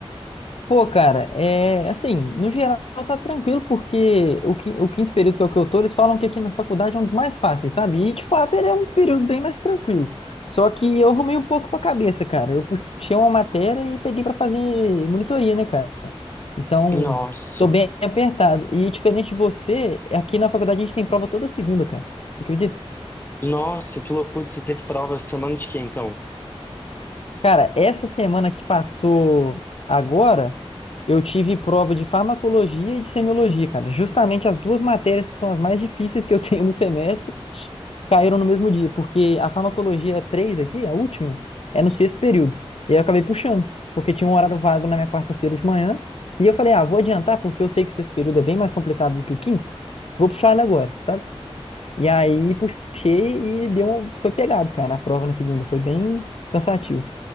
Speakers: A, on the left (about 70°); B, on the left (about 20°).
A: Pô, cara, é assim, no geral tá tranquilo, porque o, qui- o quinto período que é o que eu tô, eles falam que aqui na faculdade é um dos mais fáceis, sabe? E de fato ele é um período bem mais tranquilo. Só que eu arrumei um pouco pra cabeça, cara. Eu puxei uma matéria e peguei pra fazer monitoria, né, cara? Então,
B: Nossa,
A: tô bem apertado. E diferente de você, aqui na faculdade a gente tem prova toda segunda, cara. Você acredita?
B: nossa, que loucura, você teve prova semana de quê, então?
A: Cara, essa semana que passou agora, eu tive prova de farmacologia e de semiologia, cara. Justamente as duas matérias que são as mais difíceis que eu <laughs> tenho no semestre caíram no mesmo dia, porque a farmacologia 3 aqui, a última, é no sexto período. E aí eu acabei puxando, porque tinha um horário vago na minha quarta-feira de manhã. E eu falei, ah, vou adiantar, porque eu sei que o sexto período é bem mais complicado do que o quinto. Vou puxar ele agora, sabe? E aí puxei e deu, um- foi pegado, cara, a prova na segunda. Foi bem cansativo.